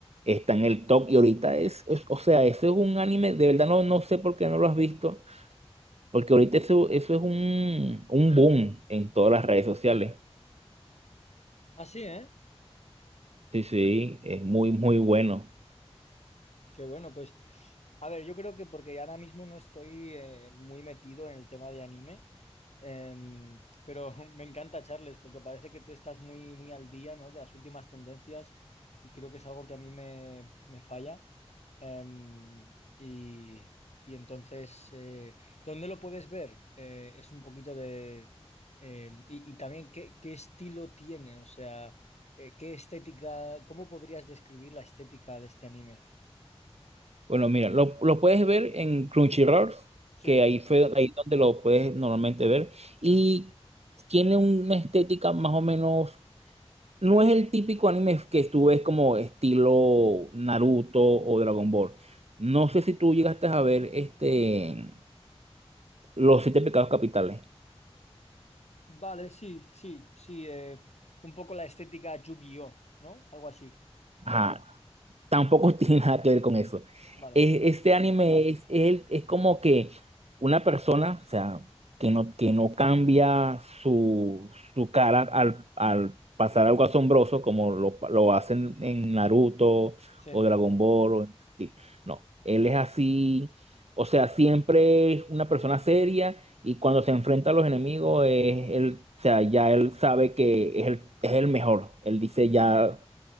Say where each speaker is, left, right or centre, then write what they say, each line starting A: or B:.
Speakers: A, on the right; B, on the left.
A: está en el top. Y ahorita es, es- o sea, eso es un anime, de verdad no, no sé por qué no lo has visto porque ahorita eso, eso es un, un boom en todas las redes sociales.
B: Así, ¿eh?
A: Sí, sí, es muy, muy bueno.
B: Qué bueno, pues. A ver, yo creo que porque ahora mismo no estoy eh, muy metido en el tema de anime, Em, pero <laughs> me encanta, Charles, porque parece que tú estás muy, muy al día, ¿no? de las últimas tendencias y creo que es algo que a mí me, me falla. Em, y, y entonces, eh, ¿dónde lo puedes ver? Eh, es un poquito de... eh, y, y también, ¿qué, qué estilo tiene? O sea, eh, ¿qué estética? ¿Cómo podrías describir la estética de este anime?
A: Bueno, mira, lo, lo puedes ver en Crunchyroll,
B: Sí,
A: que ahí fue ahí donde lo puedes normalmente ver.
B: sí.
A: Y tiene una estética más o menos. No es el típico anime que tú ves como estilo Naruto o Dragon Ball. No sé si tú llegaste a ver este, Los Siete Pecados Capitales.
B: Vale, sí, sí, sí. eh, un poco la estética Yu-Gi-Oh, ¿no? Algo así.
A: Ajá, Tampoco <laughs> tiene nada que ver con eso.
B: Vale,
A: Es- este anime es, es, es como que una persona, o sea, que no, que no cambia su, su cara al, al pasar algo asombroso como lo, lo hacen en Naruto
B: sí.
A: o Dragon Ball. o- sí. No, él es así, o sea, siempre es una persona seria y cuando se enfrenta a los enemigos, es, él, o sea, ya él sabe que es el, es el mejor. Él dice ya